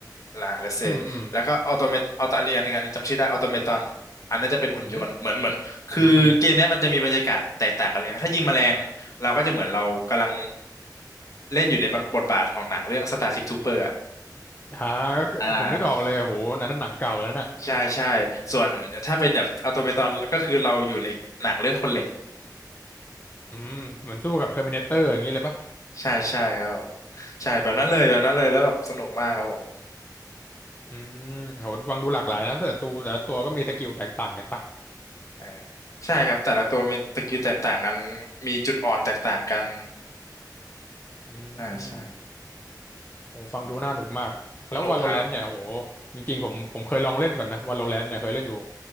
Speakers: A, on the left (about 50°); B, on the left (about 25°).
A: ล่ะ let's say
B: อืมอืม
A: แล้วก็ออโตเมตออโตอันนี้อันหนึงอันนี้จำชื่อได้ออโตเมตอนอันนั้นจะเป็นหุ่นยนต์เหมือนเหมือนคือเกมเนี้ยมันจะมีบรรยากาศแตกต่างกันเลยครับถ้ายิงแมลงเราก็จะเหมือนเรากำลัง
B: อืมอืม
A: เล่นอยู่ในบทบาทของหนังเรื่อง Starship Trooper อะ
B: ฮาก็คือผมนึกออกเลยโหอันนั้นหนังเก่าแล้วน่ะ
A: อ่าใช่ใช่ส่วนถ้าเป็นแบบออโตเมตอนก็คือเราอยู่ในหนังเรื่องคนเหล็ก
B: อืมเหมือนสู้กับ Terminator อย่างนี้เลยป่ะ
A: ใช่ใช่ครับผมใช่แบบนั้นเลยแบบนั้นเลยแล้วแบบสนุกมากครับผม
B: อืมโหฟังดูหลากหลายนะแต่ละตัวแต่ละตัวก็มีสกิลแตกต่างกันป่ะ
A: เออใช่ครับแต่ละตัวมีสกิลแตกต่างกันมีจุดอ่อนแตกต่างกัน
B: อื
A: ใช่ใช่
B: ม โอ้ฟังดูน่าหนุกมากแล้ว
A: ใช่สนุกครับ
B: Valorant เนี่ยโอ้โหจริงๆผมผมเคยลองเล่นก่อนนะ Valorant เนี่ยเคยเล่นอยู่